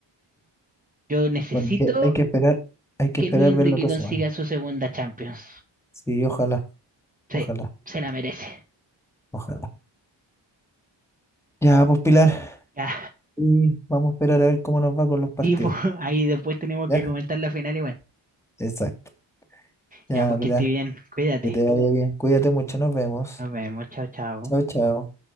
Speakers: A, on the right; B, in the centre.
A: Yo necesito
B: Bueno, que hay que esperar, hay que
A: que
B: esperar
A: Luis Enrique
B: ver la otra
A: consiga
B: semana.
A: su segunda Champions.
B: Sí, ojalá,
A: Sí,
B: ojalá,
A: se la merece.
B: ojalá. Ya, pues Pilar,
A: Ya.
B: y vamos a esperar a ver cómo nos va con los partidos.
A: Y pues, <laughs> ahí después tenemos
B: ¿Ya?
A: que comentar la final igual.
B: Exacto. Ya,
A: Ya, pues
B: Pilar,
A: que esté bien, cuídate.
B: que te vaya bien. Cuídate mucho, nos vemos.
A: Nos vemos, chao, chao.
B: Chao, chao.